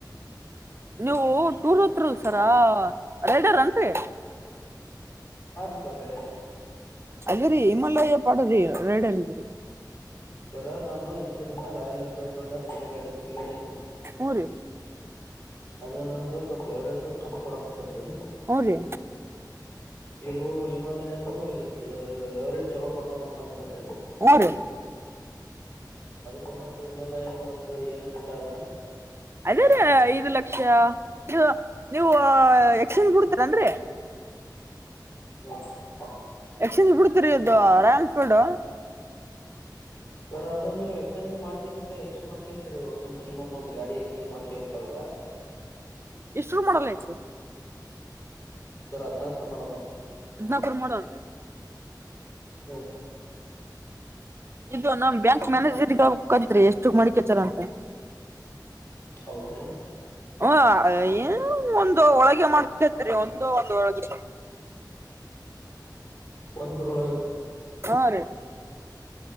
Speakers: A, on the right; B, on the left.
A: ನೀವು ಟೂರ್ ಹತ್ರರಲ್ ಸರ ರೈಡರ್ ಅನ್ರಿ
B: ಹಾ ರೀ ಸರ್ ರೇ
A: ಅದ್ರೀ ಹಿಮಾಲಯ ಪಾಡ ರೀ ರೈಡನ್ರಿ
B: ಸರ ನಾನು ಇಷ್ಟು ದಿನ ರಾಯಲ್ ಎನ್ಫೀಲ್ಡ್ ಮಳ ತಿರುಗಾಡಿ ತಿರುಗಾಡನ್ೀ
A: ಊರ
B: ಅದು ನನ್ಗ ಸ್ವಲ್ ಎವರೇಜ ಕಮ್ಮ ಕೊಡಕತ್ತದ್ರೀ
A: ಹ್ಞೂ ರೀ
B: ಇವು ಮಾಲ ಏನು ಎವರೇಜ್ ಚೊಲೋ ಕೊತಾವ ಅಂತ ಅಂದ್ರೀ
A: ಅವರು
B: ಅದಕ್ಕ ಮ ಹಿಮಾಲಯನ್ ಮತ್ತ ಏನ್ ರೇಟ್ ಅದ
A: ಅದೇ ರೀ ಐದು ಲಕ್ಷ ನೀ ನೀವು ಎಕ್ಸ್ಚೇಂಜ್ ಬಿಡ್ತೀರನ್್ರರಿ
B: ಹ
A: ಎಕ್ಸ್ಚೇಂಜ್ ಬಿಡ್ತರಿದು ರಾಯಲ್ನ್ಫೀಲ್ಡ್
B: ಸರ ಅದ ನೀವು ಎಕ್ಸ್ಚೇಂಜ್ ಮಾಡ್ ಎಷ್ಟು ಮಾಡ ಮಿನಿಮಮ್ ಒಂದು ಗಾಡಿ ಎಕ್ಸ್ಚೇಂಜ್ ಮಾಡ್ಕೇಳ್ಬೇಕಾದ್ರ
A: ಎಷ್ಟರು ಮಾಡಲ್ಲ ಐತ್ರಿ
B: ಸರ್ ಅದಕ ಮಾಡಲ್ಲ ಅ
A: ಹದ್ನಾಕೂರ್ ಮಾಡೋಲ್ರಿ
B: ಹಾ
A: ಇದು ನಮ್ ಬ್ಯಾಂಕ್ ಮ್ಯಾನೇಜರ್ಗ ಹೇಳಬೇಕು ಅತ್ತ್ ರಿ ಎಷ್ಟುಕ್ ಮಡಿಕೇತರ ಅಂತ
B: ಹೌದ್ರೀ
A: ಹ ಏ ಒಂದು ಒಳಗೆ ಮಾಡ್ಕತ್ ಒಂದು ಒಂದು ಒಳಗೆ
B: ಒಂದಳ
A: ಆರು